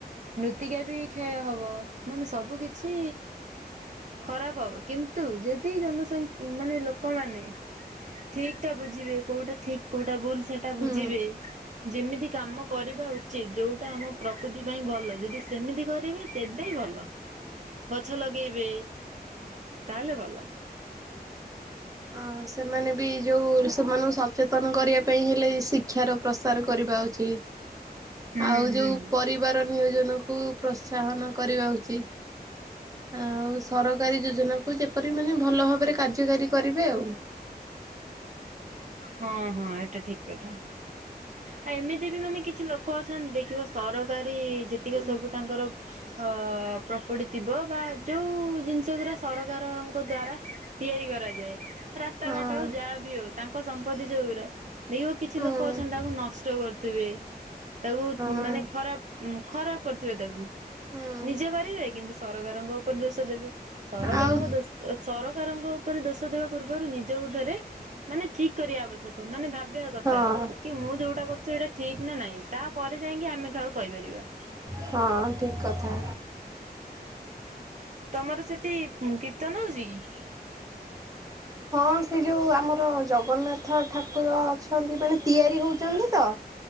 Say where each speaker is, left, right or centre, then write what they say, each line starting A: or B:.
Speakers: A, on the right (about 45°); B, on the right (about 20°).
A: ମୃତ୍ତିକା ବି କ୍ଷୟ ହ ବ ମାନେ ସବୁ କିଛି। ଖରାପ ହବ କିନ୍ତୁ ଯଦି ଜନସଂଖ କି ମାନେ ଲୋକମାନେ ଠିକ। ଟା ବୁଝିବେ କୋଉଟା ଠିକ କୋଉଟା ଭୁଲ ସେଟା ବୁଝିବେ।
B: ହୁଁ
A: ଯେମିତି କାମ କରିବା ଉଚିତ ଯୋଉଟା ଆମ ପ୍ରକୃତି ପାଇଁ ଭଲ ଯଦି ସେମିତି କରିବେ ତେବେ ଭଲ।
B: ହୁଁ
A: ଗଛ ଲଗେଇବେ ତାହେଲେ ଭଲ।
B: ହଁ ସେମାନେ ବି ଯୋଉ ସେମାନଙ୍କୁ ସଚେତନ କରିବା ପାଇଁ ହେଲେ ଶିକ୍ଷାର ପ୍ରସାର କରି ବା ଉଚିତ
A: ହୁଁ
B: ଆଉ
A: ହୁଁ
B: ଯୋଉ ପରିବାର ନିୟୋଜ ନ କୁ ପ୍ରୋତ୍ସାହନ କରିବା ଉଚିତ। ଆଉ ସରକାରୀ ଯୋଜନା କୁ ଯେପରି ମାନେ ଭଲ ଭାବରେ କାର୍ଯ୍ୟକାରୀ। କରିବେ ଆଉ।
A: ହଁ ହଁ ଏଟା ଠିକ କଥା। ଆ ଏମିତି ବି ମାନେ କିଛି ଲୋକ ଅଛନ୍ତି ଦେଖିବ ସରକାରୀ ଯେତିକ
B: ହୁଁ
A: ସବୁ ତାଙ୍କର। ଅ ପ୍ରପର୍ଟି ଥିବ ବା ଯୋଉ ଜିନିଷ ଗୁରା ସରକାରଙ୍କ ଦ୍ଵାରା। ତିଆରି କରାଯାଏ ରାସ୍ତା
B: ହଁ
A: ଘାଟ ହଉ ଯାହା ବିି ହଉ ତା ଧି ଯଉ ଗୁରା। ଦେଖିବ କିଛି
B: ହୁଁ
A: ଲୋକ ଅଛନ୍ତି ତାକୁ ନଷ୍ଟ କରୁଥିବେ ତାକୁ
B: ହଁ
A: ମାନେ ଖରାପ ଉଁ। ଖରାପ କରୁଥିବେ ତାକୁ
B: ହୁଁ
A: ନିଜେ କରିବେ କିନ୍ତୁ ସରକାରଙ୍କ। ଉପରେ ଦୋଷ ଦେବେ ସରକାରଙ୍କ
B: ଆଉ
A: ଦୋଷ ସର କାରଙ୍କ ଉପରେ ଦୋଷ ଦେବା ପୂର୍ବରୁ ନିଜକୁ ଧରେ ମାନ ଠିକ କରିବା ଆବଶ୍ୟକ ମାନେ ଭାବିବା କଥା
B: ହଁ
A: କି ମୁଁ ଯୋଉଟା କରୁଛି ସେଇଟା ଠିକ ନା ନାଇଁ ତା ପରେ ଯାଇକି ଆମେ କାହାକୁ କହିପାରିବା।
B: ହଁ ଠିକ କଥା।
A: ତମର ସେଠି ଉଁ କୀର୍ତ୍ତନ ହଉଛି କି।
B: ହଁ ସେ ଯୋଉ ଆମର ଜଗନ୍ନାଥ ଠାକୁର ଅଛନ୍ତି ମାନେ ତିଆରି ହଉଛନ୍ତି ତ।